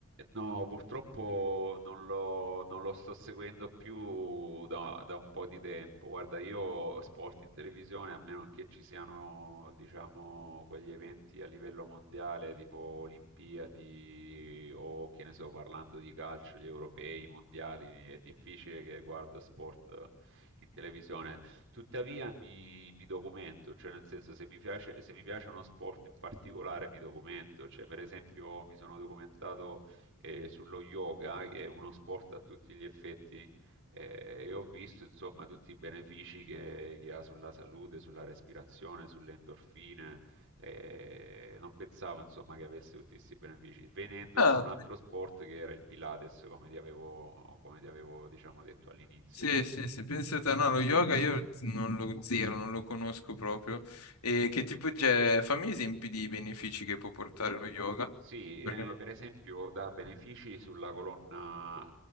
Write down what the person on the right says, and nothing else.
No, purtroppo non lo, non lo sto seguendo più da, da un po' di tempo. Guarda, io sport in televisione, a meno che ci siano, diciamo, quegli eventi a livello mondiale, tipo Olimpiadi o che ne so, parlando di calcio, gli europei, i mondiali, è difficile che guardo sport in televisione. Tuttavia mi, mi documento, cioè nel senso se mi piace, se mi piace uno sport in particolare mi documento, cioè per esempio mi sono documentato eh, sullo yoga, che è uno sport a tutti gli effetti, eh, e ho visto insomma tutti i benefici che, che ha sulla salute, sulla respirazione, sulle endorfine. eh, non pensavo insomma che avesse tutti questi benefici, venendo
da un altro sport che era il Pilates, come ti avevo, come ti avevo, diciamo, detto all'inizio.
Sì,
eh, per esempio dà benefici sulla colonna